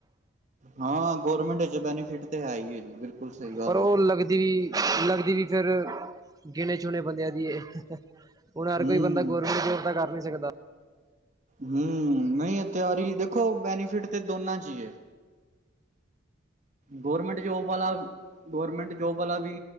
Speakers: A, on the right (about 35°); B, on the right (about 20°).
A: ਹਾਂ ਗੌਰਮੈਂਟ ਚ ਬੈਨੀਫਿਟ ਤੇ ਹੈ ਹੀ ਹੈ ਜੀ ਬਿਲਕੁਲ। ਸਹੀ ਗੱਲ
B: ਪਰ ਉਹ
A: ਆ
B: ਲੱਗਦੀ ਵੀ ਲੱਗਦੀ ਵੀ ਫੇਿਰ ਗਿਣੇ ਚੁਣੇ ਬੰਦਿਆਂ ਦੀ ਹੁਣ ਹਰ
A: ਹਮ
B: ਕੋਈ ਬੰਦਾ ਗੌਰਮੈਂਟ ਜੋਬ ਤਾਂ ਕਰ ਨੀ ਸਕਦਾ।
A: ਹਮ ਨਹੀਂ ਤਿਆਰੀ ਦੇਖੋ ਬੈਨੀਫਿਟ ਤੇ ਦੋਨਾਂ ਚ ਹੀ ਹੈ। ਗੌਰਮੈਂਟ ਜੋਬ ਵਾਲਾ ਗੌਰਮੈਂਟ ਜੋਬ ਵਾਲਾ ਵੀ